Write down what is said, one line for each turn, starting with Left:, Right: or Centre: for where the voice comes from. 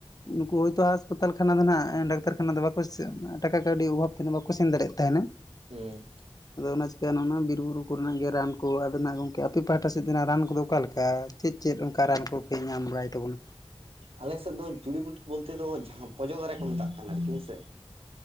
Left: ᱱᱩᱠᱩ ᱦᱳᱭᱛᱳ ᱦᱟᱸᱥᱯᱟᱛᱟᱞ ᱠᱷᱟᱱᱟ ᱫᱚ ᱱᱟᱜ ᱰᱟᱠᱛᱟᱨ ᱠᱷᱟᱱᱟ ᱫᱚ ᱵᱟᱠᱚᱥ ᱴᱟᱠᱟ ᱠᱟᱹᱣᱰᱤ ᱚᱵᱷᱟᱵ ᱛᱮ ᱱᱟᱜ ᱵᱟᱠᱚ ᱥᱮᱱ ᱫᱟᱲᱮᱜ ᱛᱟᱦᱮᱱᱟ᱾
Right: ᱦᱩᱸ
Left: ᱟᱫᱚ ᱚᱱᱟ ᱪᱤᱠᱟᱹ ᱱᱚᱜ-ᱚᱱᱟ ᱵᱤᱨ ᱵᱩᱨᱩ ᱠᱚᱨᱮᱱᱟᱜ ᱜᱮ ᱨᱟᱱ ᱠᱚ ᱟᱫᱚ ᱱᱟᱜ ᱜᱚᱢᱠᱮ ᱟᱯᱮ ᱯᱟᱦᱟᱴᱟ ᱥᱮᱫ ᱫᱚ ᱱᱟᱜ ᱨᱟᱱ ᱠᱚᱫᱚ ᱚᱠᱟ ᱞᱮᱠᱟ ᱪᱮᱫ ᱪᱮᱫ ᱚᱱᱠᱟ ᱨᱟᱱ ᱠᱚᱯᱮ ᱧᱟᱢ ᱵᱟᱲᱟᱭ ᱛᱟᱵᱚᱱᱟ?
Right: ᱟᱞᱮᱥᱮᱫ ᱫᱚ ᱡᱩᱲᱤ ᱵᱩᱴᱤ ᱵᱚᱞᱛᱮ ᱫᱚ ᱡᱟᱦᱟᱸ ᱯᱚᱡᱚ ᱫᱟᱨᱮ ᱠᱚ ᱢᱮᱛᱟᱜ ᱠᱟᱱᱟ ᱟᱨᱠᱤ ᱦᱮᱸ ᱥᱮ